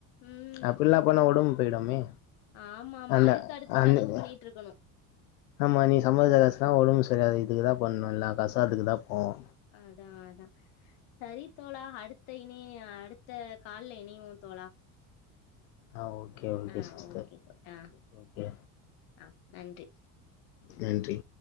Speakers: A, on the left (about 70°); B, on the left (about 80°).
A: ம்
B: அப்பிலா பண்ணா ஒடம்பு போயிடுமே
A: ஆமா ஆமா
B: அந்த
A: அதுக்கு அடுத்து
B: அந்த
A: செலவு பண்ணிட்டு இருக்கணு
B: ஆமா நீ சம்பார்ச்ச காசுலா ஒடம்பு சரியாத இதுக்கு தா போட்ணு எல்லா காசூ அதுக்கு தா போவு
A: அதா அதா சரி தோழா அடுத்த இனி அடுத்த கால்ல இனைவோ தோழா
B: ஆ ஓகே ஓகே
A: ஆ
B: சிஸ்டர்
A: ஓகே தோ ஆ
B: ஓகே
A: ஆ நன்றி
B: நன்றி